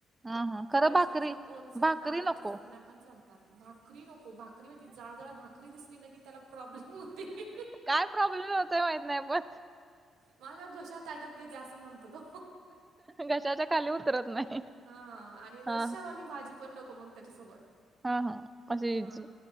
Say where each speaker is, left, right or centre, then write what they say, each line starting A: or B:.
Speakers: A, on the right; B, on the right.
A: हा हा खरं
B: तो अशाअशा
A: भाकरी
B: ओलसर
A: भाकरी
B: नारडच्या.
A: नको
B: चटण्या पण चालतात. भाकरी नको. भाकरी म्हहिती जाडजाड भाकरी भाकरी दिसली ना की. त्याला प्रॉब्लेम होतोय.
A: काय प्रॉब्लेम होतोय. माहित नाही पण.
B: माझ्या घशात अटक देत. असं म्हणतो तो.
A: घशाच्या खाली उतरत नाही.
B: ह. आणि रश्यावाली
A: हा
B: भाजी पण नको. मग त्याच्यासोबत.
A: हा हा अशी
B: ह.
A: इजी